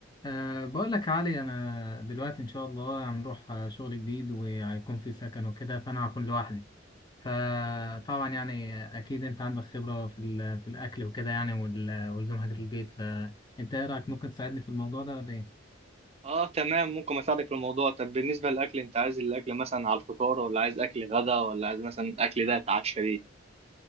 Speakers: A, on the left; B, on the right.
A: أه بقول لك يا علي أنا دلوقتي إن شاء الله هنروح آه، شغل جديد وهيكون في سكن وكده فأنا هكون لوحدي فطبعا يعني أكيد أنت عندك خبرة في ال- في الأكل وكده يعني وال- والزمها في البيت فأنت إيه رأيك ممكن تساعدني في الموضوع ده ولا إيه؟
B: اه تمام ممكن اساعدك في الموضوع طب بالنسبه للاكل انت عايز الاكل مثلا على الفطار ولا عايز اكل غدا ولا عايز مثلا الاكل ده اتعشى بيه